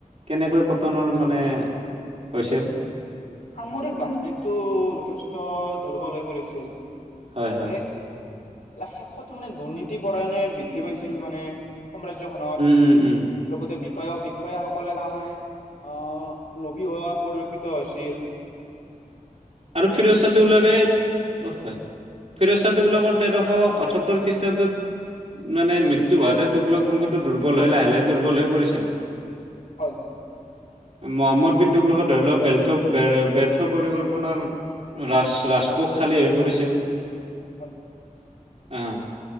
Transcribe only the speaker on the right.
কেনেকৈ পতনৰ মানে হৈছিল?
হয় হয়
উম উম উম
আৰু ফিৰোজ চাহ টোঘলকে অ', হয় ফিৰজ চাহ
টোঘলকৰ
তেৰশ আঠসত্তৰ খ্ৰীষ্টাব্দত মানে মৃত্যু হোৱাতে টোঘলক বংশতো দুৰ্বল হৈ লাহে লাহে দুৰ্বল পৰিছিল।
মহম্মদ বিন টোঘলক ধৰি লোৱা ব্যৰ্থ, ব্যৰ্থ পৰিকল্পনা নাৰ ৰাস ৰাজকোষ খালী হৈ পৰিছিল।
অ',